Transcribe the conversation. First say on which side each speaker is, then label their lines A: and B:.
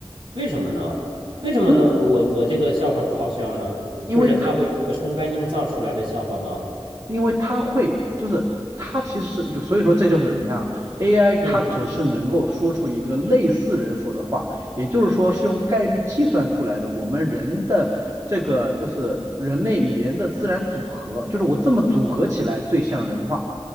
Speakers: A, on the right; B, on the right.
A: 为什么呢？为什么呢？
B: 因为
A: 我我这个笑话不好笑呢？
B: 因为
A: 就是他会一个生搬硬造出来的笑话吗？
B: 因为它会，就是它其实是就所以说这就是你看啊，AI 它只是能够说出一个类似人说的话，
A: 嗯嗯嗯，
B: 也就是说是用概率计算出来的。我们人的这个就是人类语言的自然组合，就是我这么组合起来最像人话，